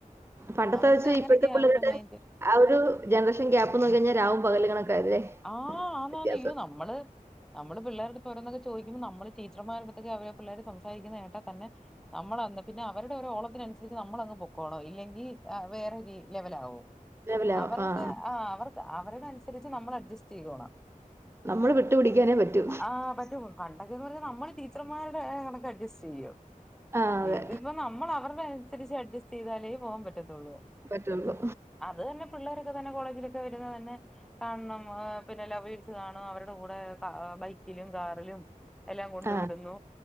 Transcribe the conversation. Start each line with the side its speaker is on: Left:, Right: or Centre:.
Right: പണ്ടത്തെ
Centre: അവർക്ക്
Right: വെച്ച്
Centre: അങ്ങനെയൊക്കെയ
Right: ഇപ്പോഴത്തെ പിള്ളേരുടെ
Centre: അവരുടെ മൈൻഡ്.
Right: ആ ഒരു ജനറേഷൻ ഗ്യാപ്പ് നോക്കികഴിഞ്ഞാൽ രാവും പകലും കണക്കാ അല്ലേ
Centre: ആഹ് ആന്നാണ്
Right: വ്യത്യാസം
Centre: നമ്മള് നമ്മൾ പിള്ളേരെടുത്തു ഓരോനോക്കെ ചോദിക്കുമ്പോൾ നമ്മൾ ടീച്ചർമാരോടെത്തൊക്കെ നമ്മടെ പിള്ളേർ സംസാരിക്കുന്ന കേട്ടാൽ തന്നെ നമ്മളന്ന് പിന്നെ അവരുടെ ഒരു ഓളത്തിനനുസരിച്ച് നമ്മൾങ്ങ് പൊക്കണം ഇല്ലെങ്കിൽ വേറെ രീതി ആകും.
Right: രാവിലാവും
Centre: അവർക്ക്
Right: ആഹ്
Centre: ആ അവർക്ക് അവരുടെ അനുസരിച്ച് നമ്മൾ അഡ്ജസ്റ്റ് ചെയ്തോണം.
Right: നമ്മള് വിട്ടുപിടിക്കാനേ പറ്റു.
Centre: ആഹ് പറ്റും പണ്ടൊക്കെന്ന് പറഞ്ഞാൽ നമ്മള് ടീച്ചർമാരുടെ കണക്ക് അഡ്ജസ്റ്റ് ചെയ്യും
Right: ആഹ് അതെ
Centre: ഇതി നമ്മളവർടെനുസരിച്ച് അഡ്ജസ്റ്റ്യ്താലേ പോവാൻ പറ്റത്തുള്ളൂ
Right: പറ്റുള്ളൂ
Centre: അത് ന് പിള്ളേരൊക്കെ തന്നെ കോളേജിലൊക്കെ വരുന്നത് തന്നെ കാണണം ആഹ് പിന്നെ ലൗവേഴ്സ് കാണും അവരുടെ കൂടെ ബൈക്കിലും, കാറിലും എല്ലാം കൊണ്ടു
Right: ആഹ്
Centre: വിടുന്നു